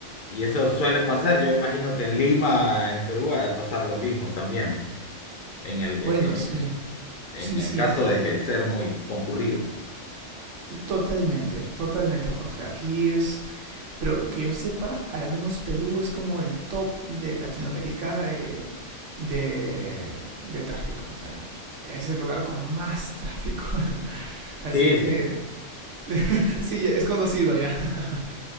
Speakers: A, on the left; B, on the right.
A: Y eso suele pasar, yo imagino
B: <clears throat>
A: que en Lima, en Perú, ha de pasar lo mismo también, pues, en el, eh,
B: Bueno, sí.
A: en
B: Sí,
A: el
B: sí,
A: caso
B: aquí
A: de que ser muy concurrido.
B: totalmente, totalmente, Jorge. Aquí es Pero que yo sepa, al menos Perú es como el top de Latinoamérica de, de, de tráfico. O sea, es el lugar con más tráfico. <laughs> Así
A: Sí,
B: que
A: sí.
B: <laughs> sí, es conocido ya. <laughs>